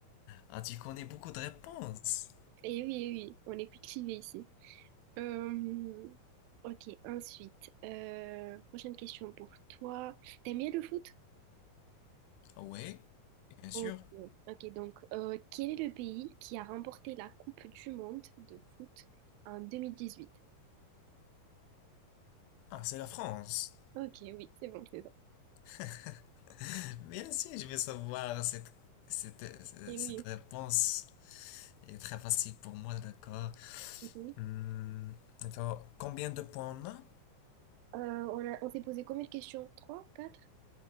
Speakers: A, on the left (about 90°); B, on the right (about 85°).
A: Ah, tu connais beaucoup de réponses.
B: Et oui, eh oui, on est cultivé ici. Euh, ok, ensuite, euh, prochaine question pour toi. T'aimes bien le foot?
A: Ah ouais, bien sûr.
B: Ok, ok, donc euh, quel est le pays qui a remporté la Coupe du Monde de foot en deux mille dix-huit
A: Ah, c'est la France.
B: Ok, oui, c'est bon, c'est ça.
A: <laughs> Bien sûr, je vais savoir cette, cette,
B: Et
A: cette
B: oui.
A: réponse. Elle est très facile pour moi, d'accord.
B: Mhm.
A: Hmm, d'accord. Combien de points on a?
B: Euh, on a- on s'est posé combien de questions? Trois, quatre?